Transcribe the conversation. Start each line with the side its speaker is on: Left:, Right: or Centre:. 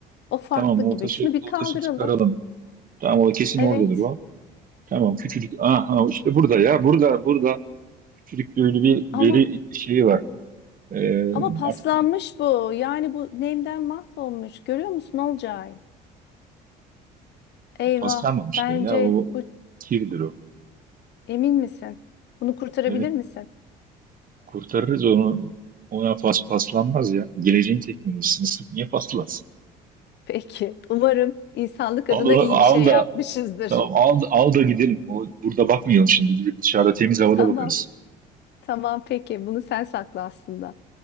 Left: O farklı
Right: Tamam o
Left: gibi.
Right: taşı,
Left: Şunu bir
Right: o
Left: kaldıralım.
Right: taşı çıkaralım. Tamam o kesin
Left: Evet.
Right: oradadır o. Tamam küçücük. Aha işte burada ya burada burada küçücük böyle bir veri
Left: Ama
Right: şeyi var. Ee,
Left: ama paslanmış
Right: artık
Left: bu. Yani bu nemden mahvolmuş. Görüyor musun Olcay? Eyvah.
Right: paslanmamıştır
Left: Bence
Right: ya o
Left: bu
Right: kirdir o.
Left: emin misin? Bunu kurtarabilir
Right: Evet,
Left: misin?
Right: kurtarırız onu. Ona pas paslanmaz ya. Geleceğin teknolojisini sık- niye paslansın?
Left: Peki. Umarım insanlık adına
Right: Al onu
Left: iyi bir
Right: al
Left: şey
Right: da
Left: yapmışızdır.
Right: Tamam al, al da gidelim. O, burada bakmayalım şimdi. Gidip dışarıda temiz havada
Left: <laughs> Tamam.
Right: bakarız.
Left: Tamam peki. Bunu sen sakla aslında.